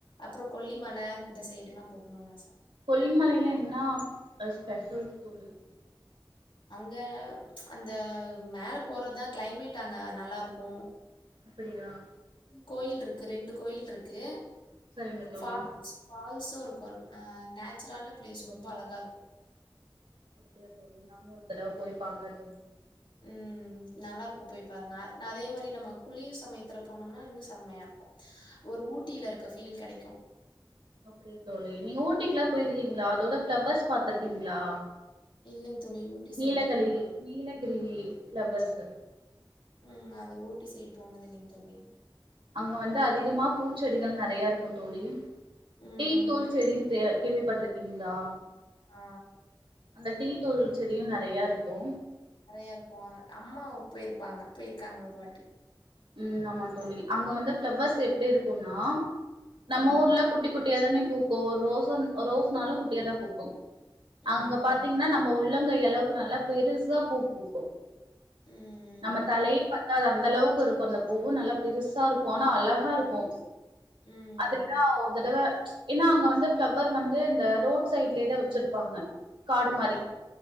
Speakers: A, on the left; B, on the right.
A: அப்புறோ கொல்லிமல இந்த சைடுலா போகணுன் ஆச
B: கொல்லிமலையில என்னா அ ஸ்பெஷல் தோழி
A: அங்க அந்த மேல போறதுதா கிளைமேட் அங்க நல்லாருக்கு
B: அப்டியா
A: கோயில்ட்ருக்கு ரெண்டு கோயில்ட்ருக்கு
B: சரிங்க தோழி
A: ஃபால்ஸ் ஃபால் ஸு இருக்கு அ நேச்சுரான பிளேஸ் ரொம்ப அழகாருக்கு
B: அப்டியா தோழி நானு ஒரு தடவ போய் பாக்கற தோழி
A: ம் நல்லாருக்கு போய் பாருங்க அதே மாரி நம்ம குளிர் சமயத்துல போனோம்னா இன்னு செம்மையாருக்கு ஒரு ஊட்டிலருக்க ஃபீல் கெடைக்கு
B: அப்டியா தோழி நீங்க ஊட்டிக்குல்ல போயிருக்கீங்களா அதோட ஃப்ளவர்ஸ் பாத்துருக்கீங்களா
A: இல்லைங் தோழி ஊட்டி
B: நீலகழி
A: சைடு போன
B: நீலகிரி ஃப்ளவர்ஸு
A: ம் அது ஊட்டி சைடு போனதில்லைங் தோழி
B: அங்க வந்து அதிகமா பூச்செடிகள் நறையாருக்கு தோழி
A: ம்
B: டீ தூள் செடி டியே கேள்விப்பட்டிருக்கீங்ளா
A: ஆ
B: அந்த டீ தூள் செடியு நறையாருக்கு
A: நறையாருக்கு அம்மா போயிருப்பாங்க போயிருக்காங்க ஒரு வாட்டி
B: ம் ஆமா தோழி
A: நெறைய
B: அங்க
A: பெரிய
B: வந்து
A: பெரிய
B: ஃப்ளவர்ஸ் எப்டிருக் குனா நம்ம
A: ம்
B: ஊர்ல குட்டி குட் குட்டியாதானே பூக்கு ஒரு ரோஸ்சு ரோஸ்னாளு குட்டியா தா பூக்கு அங்க
A: ம்
B: பாத்தீங்கன்னா நம்ப ஊ உள்ளங்கையளவுக்கு நல்லா பெருசா பூ பூக்கு
A: ம்
B: நம்ம தலயு பத் அந்தலவு இருக்கு அந்த பூவ்வு நல்லா பெருசா இருக்கு ஆனா அழகா இருக்கு
A: ம்
B: அதெல்லா ஒரு தடவ ஏன்னா அங்க வந்து ஃபிளவர் வந்து இந்த ரோட் சைட்லேயேதா வெச்சிருப்பாங்க காடு மாரி
A: ம்